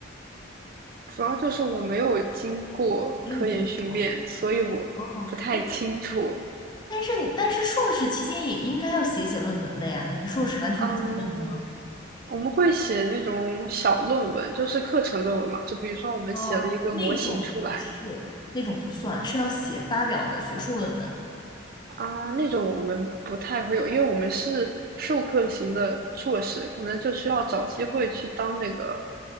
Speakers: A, on the right; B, on the left.
A: 主要就是我没有经过科研训练，
B: 没有经历过。
A: 所以我不太清楚
B: 哦，哎，但是你但是硕士期间也应该要写写论文的呀，你们硕士完全不写论文吗？
A: 嗯，我们会写那种小论文，就是课程论文嘛。就比如说，我们写了一个模型出来
B: 哦，那种不是，那种不算，
A: 啊
B: 是要写发表的学术论文。
A: 啊，那种我们不太会有，因为我们是授课型的硕士，可能就需要找机会去当那个